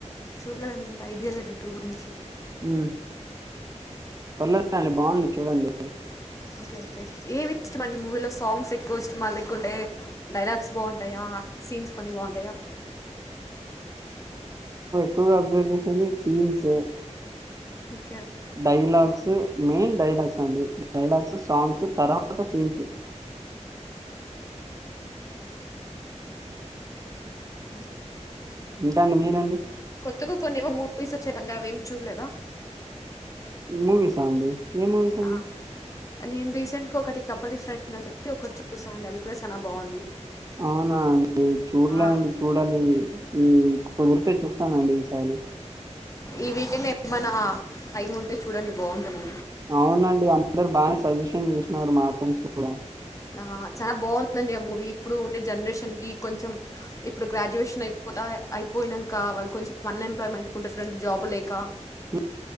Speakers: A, on the left; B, on the right.
A: చూడలేదన్నంత ఐడియా లేదు టూ గురించి.
B: ఉ పర్లేదుా అండి బాగుంది చూడండి.
A: ఓకే ఓకే ఏవి ఇష్టమండి మూవీలో సాంగ్స్ ఎక్కువ ఇష్టం ఎక్కుంటే. డైలాగ్స్ బాగుంటాయా సీన్స్ కొన్ని బాగుంటాయా.
B: ఎక్కు అబ్జర్వేషన్ సీన్స్.
A: అ.
B: Dialogues main dialogues. Dialogues songs తర్వాత సీన్స్.
A: ము.
B: ఏంటండి మీనండి.
A: ఇందుకు కొన్నివో మూవీస్ వచ్చా కంటడి అవేం చూడలేదా
B: మూవీస్ అండి ఏ మూవీస్ అడి.
A: ఆ, నేను రీసెంట్ గా ఒకటి కపలి ఫ్రెండ్ అని చెప్పి ఒకటి చూసాను అండి అది కూడా చాలా బాగుంది.
B: అవునా అండి చూడలే
A: ఆ,
B: అండి చూడాలి ఇ ఈ. కుదిరితే చూస్తానండి ఈసారి.
A: ఈ వీకెండ్ ఏమన్నా టైం ఉంటే చూడండి బాగుందా మూ.
B: అవునండి అందరు బాగా సజెషన్ చేసినారు మా ఫ్రెండ్స్ కూడా.
A: ఆ చాలా బాగుందండి ఆ మూవీ ఇప్పుడు ఉండే జనరేషన్ కి కొంచెం ఇప్పుడు గ్రాడ్యుయేషన్ అయి. పోత అయిపోయినాక వాళ్ళు కొంచెం అన్ఎంప్లాయ్మెంట్కుంటుారు జాబ్ు లేక.
B: ఉ.